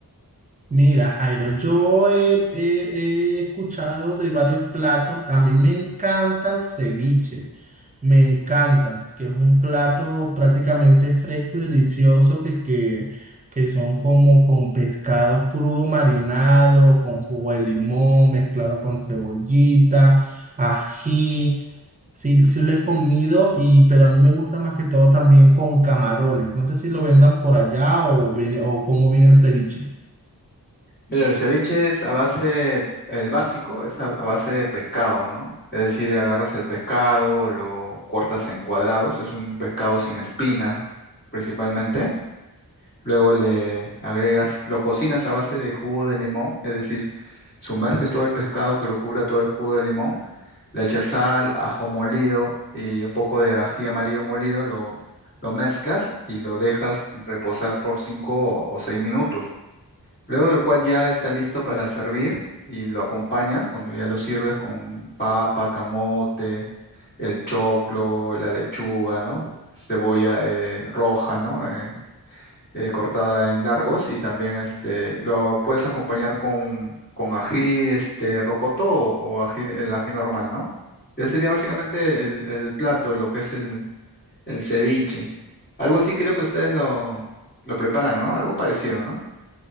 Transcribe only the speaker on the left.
Mira, el ceviche es a base, el básico es a, a base de pescado, ¿no? Es decir, agarras el pescado, lo cortas en cuadrados, es un pescado sin espinas principalmente. Luego le agregas, lo cocinas a base de jugo de limón, es decir, sumerges todo el pescado que lo cubra todo el jugo de limón, le echas sal, ajo molido y un poco de ají amarillo molido, lo, lo mezclas y lo dejas reposar por 5 o 6 minutos. Luego del cual ya está listo para servir y lo acompañas cuando ya lo sirves con papa, camote, el choclo, la lechuga, ¿no? Cebolla eh, roja, ¿no? Eh, eh, cortada en largos y también este, lo puedes acompañar con, con ají este, rocoto o, o ají, el ají normal, ¿no? Ese sería básicamente el, el plato, lo que es el, el ceviche. Algo así creo que ustedes lo, lo preparan, ¿no? Algo parecido, ¿no?